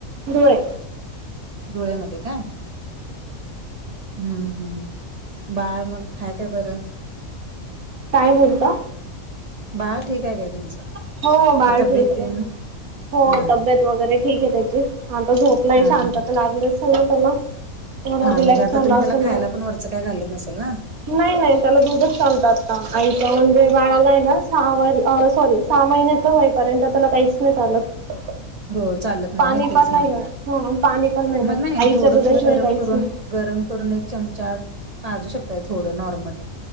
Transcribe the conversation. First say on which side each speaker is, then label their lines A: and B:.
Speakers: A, on the right; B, on the right.
A: धोळे
B: डोळ्यामध्ये काय हम्म हम् बाळ मग हाय काय बरं
A: काय बोलता
B: बाळ ठीक आहे काय तुमचं
A: हो
B: म्हणजे
A: बाळ
B: तब्येत
A: ठीक
B: तेन
A: आहे हो
B: हा
A: तब्येत वगैरे ठीक आहे त्याची आता झोपला
B: हा
A: शांत
B: हा
A: तर लागली झोप त्याला थोडं
B: हा
A: रिलॅक्स
B: म्हणजे आता
A: झाला
B: तुम्ही
A: असेल
B: त्याला खायला
A: तो
B: पण वरच काय घालत नसेल ना
A: नाही नाही त्याला दूधच चालत आता आईच्या म्हणजे बाळाला आहे ना सावर अ सॉरी सहा महिन्याच होईपर्यंत त्याला काहीच नाही चालत
B: हो चालत
A: पाणी
B: नाही नाही तेच
A: पण
B: म्हटलं
A: ह पाणी पण देत
B: मग नाही
A: आईच्या
B: थोडं
A: दुधाशिवाय
B: तुम्ही गरम
A: काहीच
B: करून
A: नाही.
B: गरम करून एक चमचा पाजू शकताय थोडं नॉर्मली